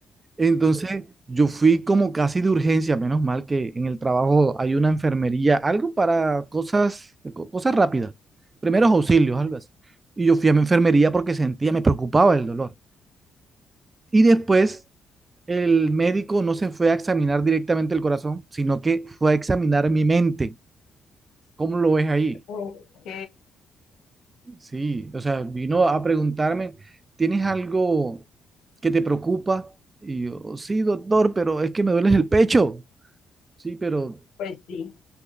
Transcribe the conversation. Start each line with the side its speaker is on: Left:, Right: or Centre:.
Right: Entonces, yo fui como casi de urgencia, menos mal que en el trabajo hay una enfermería, algo para cosas, co- cosas rápidas, primeros auxilios, algo así. Y yo fui a mi enfermería porque sentía, me preocupaba el dolor. Y después el médico no se fue a examinar directamente el corazón, sino que fue a examinar mi mente. ¿Cómo lo ves ahí?
Left: Ok,
Right: Sí, o sea, vino a preguntarme, ¿tienes algo que te preocupa? Y yo, sí, doctor, pero es que me duele el pecho. Sí, pero
Left: pues sí.